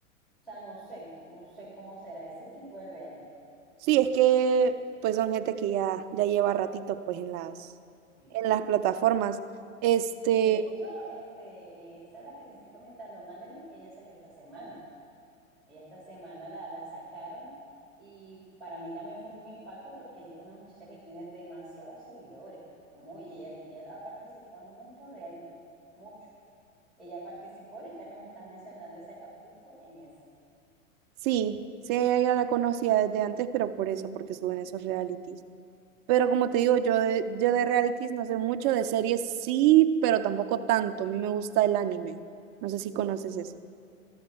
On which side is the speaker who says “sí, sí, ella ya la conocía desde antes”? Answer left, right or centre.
Right